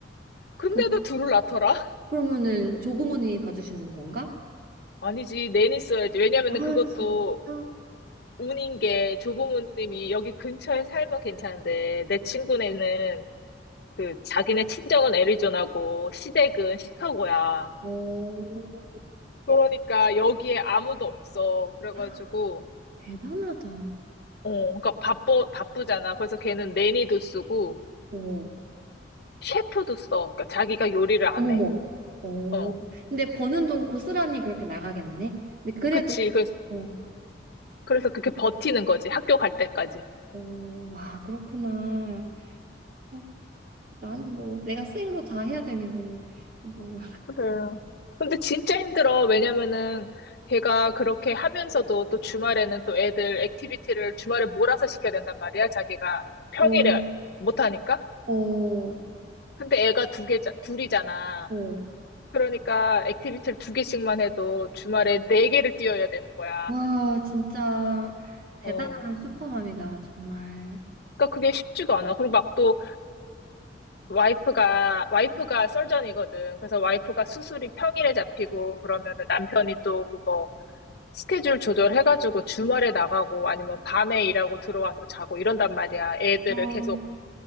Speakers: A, on the left; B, on the right.
A: 근데도
B: 그,
A: 둘을 낳더라. <laughs>
B: 그러면은 조부모님이 봐주시는 건가?
A: 아니지 내니 써야지. 왜냐면은
B: 아,
A: 그것도
B: 진짜?
A: 운인 게 조부모님이 여기 근처에 살면 괜찮은데 내 친구네는 그 자기네 친정은 애리조나고 시댁은 시카고야.
B: 어,
A: 그러니까 여기에 아무도 없어. 그래가지고
B: <gasps> 대단하다.
A: 어, 그러니까 바빠 바쁘잖아. 그래서 걔는 내니도 쓰고.
B: 어,
A: 셰프도 써. 그러니까 자기가 요리를 안
B: 어머머.
A: 해.
B: 어,
A: 어,
B: 근데 버는 돈 고스란히 그렇게 나가겠네. 근데 그래도,
A: 그치. 그래서,
B: 어,
A: 그래서 그렇게 버티는 거지. 학교 갈 때까지.
B: 어, 와, 그렇구나. 어, 나는 뭐, 내가 생으로 다 해야 되니, 뭐, 뭐,
A: 그래. 근데 진짜 힘들어. 왜냐면은 걔가 그렇게 하면서도 또 주말에는 또 애들 액티비티를 주말에 몰아서 시켜야 된단 말이야. 자기가 평일에
B: 어,
A: 못하니까.
B: 어,
A: 근데 애가 두 개, 둘이잖아.
B: 어.
A: 그러니까 액티비티를 두 개씩만 해도 주말에 네 개를 뛰어야 되는 거야.
B: 와, 진짜 대단한
A: 어.
B: 슈퍼맘이다, 정말.
A: 그러니까 그게 쉽지가 않아. 그리고 막또 와이프가, 와이프가 썰전이거든. 그래서 와이프가 수술이 평일에 잡히고 그러면은 남편이 또 그거 스케줄 조절해가지고 주말에 나가고 아니면 밤에 일하고 들어와서 자고 이런단 말이야. 애들을
B: 아, 어,
A: 계속